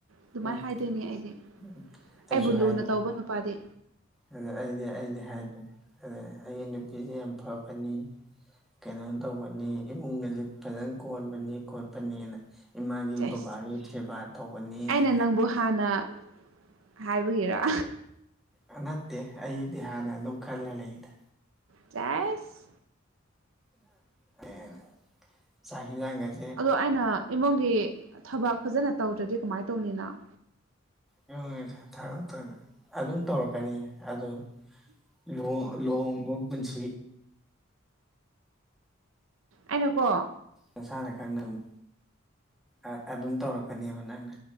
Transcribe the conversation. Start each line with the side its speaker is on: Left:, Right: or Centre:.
Right: ꯑꯗꯨꯃꯥꯏꯅ
Centre: ꯎꯝ
Right: ꯍꯥꯏꯗꯣꯏꯅꯦ ꯑꯩꯗꯤ
Centre: <inaudible>
Right: ꯑꯩꯕꯨ
Centre: ꯑꯩꯖꯨ
Right: ꯂꯨꯅ
Centre: ꯍꯥꯏꯗꯣꯏꯅꯤ
Right: ꯇꯧꯕ ꯅꯨꯄꯥꯗꯤ
Centre: ꯑꯗ ꯑꯩꯗꯤ ꯑꯩꯗꯤ ꯍꯥꯏꯗꯣꯏꯟ ꯑꯗꯨ ꯑꯩꯒꯤ ꯅꯨꯄꯤꯁꯤ ꯌꯥꯝ ꯐꯕꯅꯤ ꯀꯩꯅꯣ ꯇꯧꯕꯅꯤ ꯏꯃꯨꯡꯒꯥꯖꯨ ꯐꯖꯅ ꯀꯣꯟꯕꯅꯤ ꯈꯣꯠꯄꯅꯤꯅ ꯏꯃꯥꯒꯤ
Right: ꯆꯦꯁ
Centre: ꯕꯕꯥꯒꯤ ꯁꯦꯕꯥ ꯇꯧꯕꯅꯦꯅ
Right: ꯑꯩꯅ ꯅꯪꯕꯨ ꯍꯥꯟꯅ ꯍꯥꯏꯕꯒꯤꯔꯥ
Centre: ꯑꯥ ꯅꯠꯇꯦ ꯑꯩꯗꯤ ꯍꯥꯟꯅ ꯑꯗꯨꯝ ꯈꯜꯂꯥ ꯂꯩꯗ
Right: ꯆꯦꯁ
Centre: ꯌꯥ ꯑꯦ ꯆꯥꯛ ꯍꯤꯟꯖꯥꯡ ꯒꯖꯦ
Right: ꯑꯗꯣ ꯑꯩꯅ ꯏꯃꯨꯡꯒꯤ ꯊꯕꯛ ꯐꯖꯅ ꯇꯧꯗ꯭ꯔꯗꯤ ꯀꯃꯥꯏ ꯇꯧꯅꯤ ꯅꯪ
Centre: <unintelligible> ꯑꯗꯨꯝ ꯇꯧꯔꯛꯀꯅꯤ ꯑꯗꯨ ꯂꯨꯍꯣꯡ ꯂꯍꯣꯡꯕ ꯄꯨꯟꯁꯤ
Right: ꯑꯩꯅꯀꯣ
Centre: ꯅꯁꯥꯅ ꯈꯪꯗꯧꯅꯤ ꯑ ꯑꯗꯨꯝ ꯇꯧꯔꯛꯀꯅꯦꯕ ꯅꯪꯅ